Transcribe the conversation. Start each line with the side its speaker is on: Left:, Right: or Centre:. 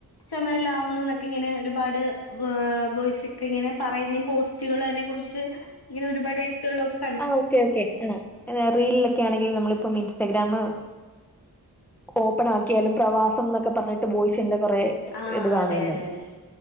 Left: ചുമലിലാവുന്നു എന്നൊക്കെ ഇങ്ങനെ ഒരുപാട് ബ് ബോയ്സ് ഒക്കെ ഇങ്ങനെ പറയുന്നെ പോസ്റ്റുകളും അതിനെ കുറിച്ച് ഇങ്ങനെ ഒരുപാട് എഴുത്തുകളുവൊക്കെ
Centre: ആ ഓക്കേ ഓക്കേ ആ ഏഹ് റീലിലൊക്കെ ആണെങ്കിലും നമ്മളിപ്പം ഇൻസ്റ്റഗ്രാമ് ഓപ്പൺ ആക്കിയാലും പ്രവാസം ന്നൊക്കെ പറഞ്ഞിട്ട് ബോയ്സിന്റെ കൊറെ
Left: ആ
Centre: ഇത് കാണുല്ലോ
Left: അതെ അതെ അതെ